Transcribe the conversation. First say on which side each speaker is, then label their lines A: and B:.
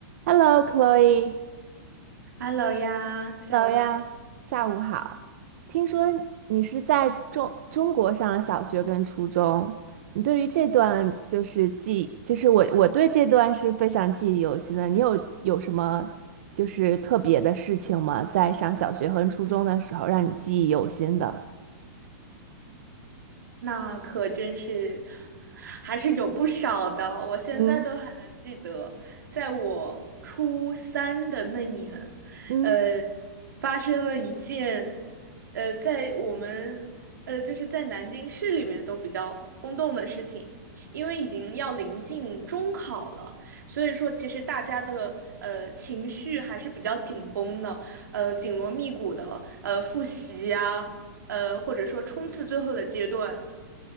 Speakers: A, on the right; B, on the right.
A: Hello，Chloe，Hello
B: Hello 呀，下午
A: 呀，下午好。听说你是在中中国上了小学跟初中，你对于这段就是记，就是我我对这段是非常记忆犹新的。你有有什么就是特别的事情吗？在上小学和初中的时候，让你记忆犹新的？
B: 那可真是还是有不少的，我现在都还能记得，
A: 嗯
B: 在我初三的那年，
A: 嗯
B: 呃，发生了一件，呃，在我们呃就是在南京市里面都比较轰动的事情，因为已经要临近中考了，所以说其实大家的呃情绪还是比较紧绷的，呃，紧锣密鼓的呃复习呀、呃，或者说冲刺最后的阶段。